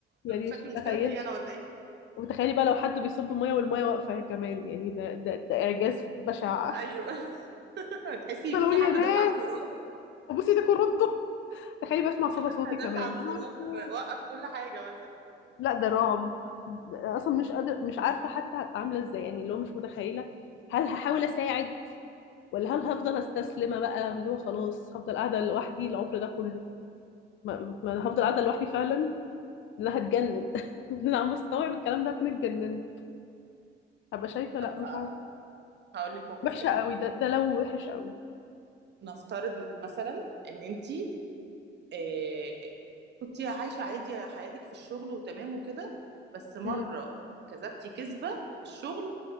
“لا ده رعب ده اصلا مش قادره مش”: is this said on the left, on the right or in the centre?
Left